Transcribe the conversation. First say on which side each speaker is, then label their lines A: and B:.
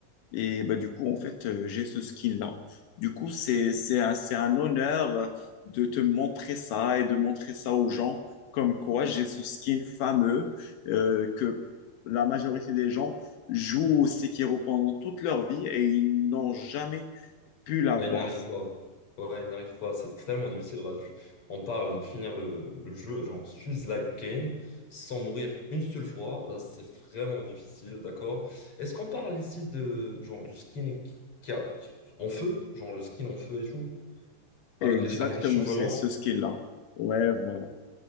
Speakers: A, on the left (about 85°); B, on the left (about 30°).
A: Et bah, du coup, en fait, euh, j'ai ce skin-là. Du coup, c'est, c'est un, c'est un honneur euh, de te montrer ça et de montrer ça aux gens, comme quoi j'ai ce skin fameux euh, que la majorité des gens jouent au Sekiro pendant toute leur vie et ils n'ont jamais pu l'avoir.
B: Ouais, il n'arrive pas. Ouais, il n'arrive pas. C'est tellement difficile. Là. Je- On parle de finir le, le jeu, genre fuse like game, sans mourir une seule fois. Là, c'est vraiment difficile, d'accord? Est-ce qu'on parle ici de genre du skin qui qui a en feu, genre le skin en feu et tout,
A: Exactement,
B: avec les avec les cheveux
A: c'est
B: longs?
A: ce skin-là. Ouais, voilà.